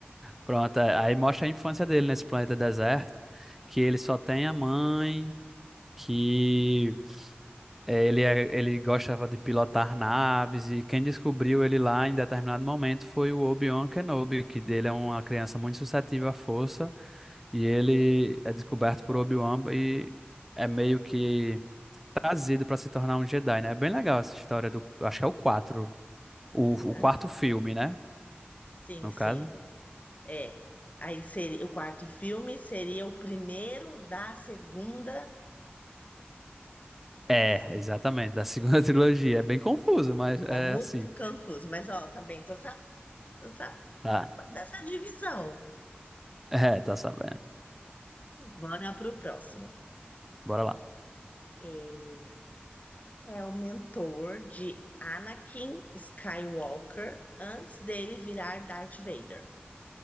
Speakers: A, in the centre; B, on the left.
A: Pronto, é, aí mostra a infância dele nesse planeta desértico que ele só tem a mãe que eh, ele, é- ele gostava de pilotar naves e quem descobriu ele lá em determinado momento foi o Obi-Wan Kenobi, que dele é uma criança muito suscetível à força e ele é descoberto por Obi-Wan e é meio que trazido para se tornar um Jedi, né? É bem legal essa história do, acho que é o quatro
B: Aham.
A: o, o quarto filme, né?
B: Sim,
A: No
B: sim.
A: caso.
B: É. Aí seria o quarto filme seria o primeiro da segunda. É
A: É,
B: isso, né?
A: exatamente, da segunda <laughs> trilogia. É bem confuso, mas
B: Nossa,
A: é
B: é muito
A: assim.
B: confuso. Mas ó, também tô, sa... tô sa...
A: Tá.
B: dessa divisão.
A: É, tá sabendo.
B: Bora pro próximo.
A: Bora lá.
B: Ele é o mentor de Anakin Skywalker antes dele virar Darth Vader.